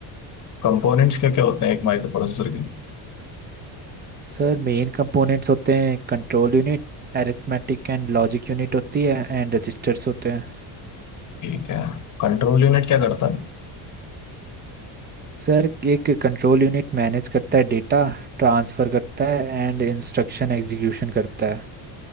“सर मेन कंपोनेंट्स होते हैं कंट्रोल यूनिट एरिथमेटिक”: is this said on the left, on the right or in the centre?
Right